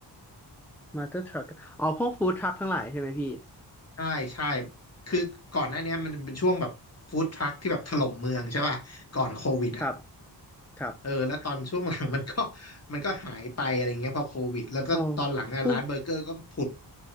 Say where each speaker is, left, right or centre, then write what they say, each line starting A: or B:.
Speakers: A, in the centre; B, on the left (about 35°).
A: มาเตอร์ทรัคอ๋อพวกฟู้ดทรัคทั้งหลายใช่ไหมพี่
B: ใช่ใช่คือก่อนหน้าเนี้ยมันเป็นช่วงแบบฟู้ดทรัคที่แบบถล่มเมืองใช่ป่ะก่อนโควิดอ่ะ
A: ครับครับ
B: เออแล้วตอนช่วงหลัง <laughs> มันก็มันก็หายไปอะไรเงี้ยพอโควิดแล้วก็ตอนหลังอะร้านเบอร์เกอร์ก็ผุด
A: อ๋อพูด